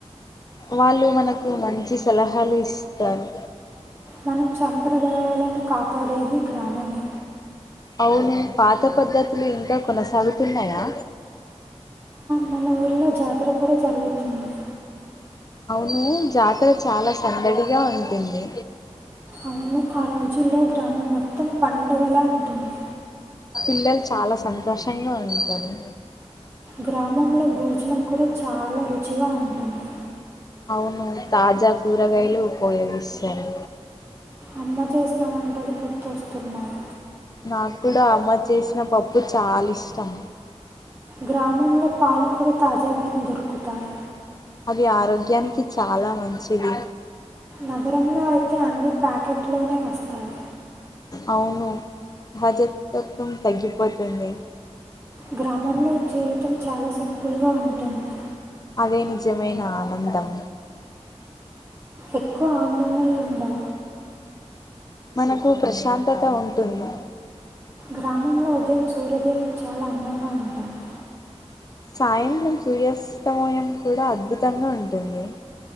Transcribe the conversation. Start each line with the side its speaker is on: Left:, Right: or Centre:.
Left: వాళ్ళు మనకు మంచి సలహాలు ఇస్తారు
Right: మనం సంప్రదాయాలను కాపాడేది గ్రామమే
Left: అవును పాత పద్ధతులు ఇంకా కొనసాగుతున్నాయా
Right: మన ఊరిలో జాతర కూడా జరుగుతుంది
Left: అవును జాతర చాలా సందడిగా ఉంటుంది
Right: అవును ఆ రోజుల్లో గ్రామం మొత్తం పండుగలా ఉంటుంది
Left: పిల్లలు చాలా సంతోషంగా ఉంటారు
Right: గ్రామంలో భోజనం కూడా చాలా రుచిగా ఉంటుంది
Left: అవును తాజా కూరగాయలు ఉపయోగిస్తాను
Right: అమ్మ చేసిన వంటలు గుర్తొస్తున్నాయి
Left: నాకు కూడా అమ్మ చేసిన పప్పు చాలా ఇష్టం
Right: గ్రామంలో పాలు కూడా తాజాగానే దొరుకుతాయి
Left: అది ఆరోగ్యానికి చాలా మంచిది
Right: నగరంలో అయితే అన్ని ప్యాకెట్లోనే వస్తాయి
Left: అవును సహజత్వం తగ్గిపోతుంది
Right: గ్రామంలో జీవితం చాలా సింపుల్గా ఉంటుంది
Left: అదే నిజమైన ఆనందం
Right: ఎక్కువ ఆందోళనలు ఉండవు
Left: మనకు ప్రశాంతత ఉంటుంది
Right: గ్రామంలో ఉదయం సూర్యోదయం చాలా అందంగా ఉంటుంది
Left: సాయంత్రం సూర్యాస్తమయం కూడా అద్భుతంగా ఉంటుంది